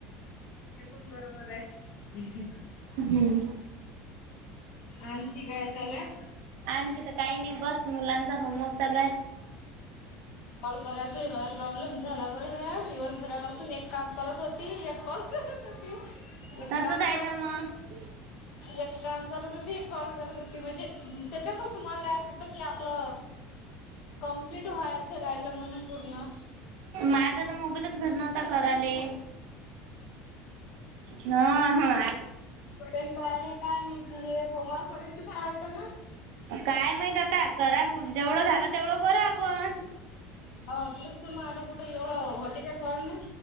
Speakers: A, on the left; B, on the right.
A: हे पण बरोबर आहे.
B: हम्म
A: आणखी काय चालू ये.
B: आणखी तर काही नाही बस मुलांचा होमवर्क चालू आहे.
A: कॉल करायचा लय प्रॉब्लेम झाला बर हे. दिवसभरापासून एक काम करत होती एक कॉल करत होती. एक
B: तसच
A: काम
B: आहे
A: करत
B: ना मग
A: होती एक काम करत होती एक कॉल करत होती म्हणजे त्याच्यात सुमान राहत होत की आपलं कमप्लीट व्हाय राहिल म्हणून पूर्ण.
B: माझात मोबाईलच घरी नव्हता कराले. ना हा.
A: पर्यंत आहे काय माहिती हे सोमवारपर्यंतच आहे वाटतं ना.
B: काय माहीत आता कऱ्या पुण जेवढं झालं तेवढं करु आपण.
A: हो तुलाच तर मग आता कुठे एवढं होते काय कर ना.